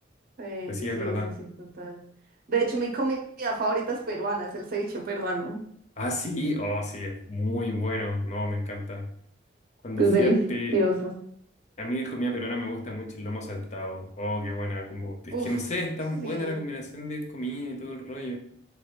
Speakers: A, on the right; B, on the left.
A: sí,
B: Pero
A: sí,
B: sí, es
A: sí,
B: verdad.
A: sí, sí, total. De hecho, mi comida favorita es peruana, es el ceviche peruano.
B: Ah, sí, oh, sí, es muy bueno, no, me encanta. Cuando
A: Es
B: fui
A: delicioso.
B: a Pe- A mí de comida peruana me gusta mucho el lomo saltado. Oh, qué buena. Como... Es
A: Uf,
B: que no sé, es tan
A: sí,
B: buena la combinación de comida y todo el rollo.